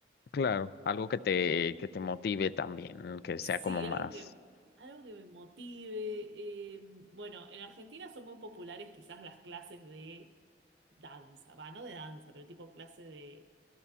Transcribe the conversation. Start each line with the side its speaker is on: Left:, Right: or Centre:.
Left: Claro. Algo que te, que te motive también, que
Right: Sí,
Left: sea como más.
Right: algo que, algo que me motive. eh, bueno, en Argentina son muy populares quizás las clases de danza, va, no de danza, pero tipo clase de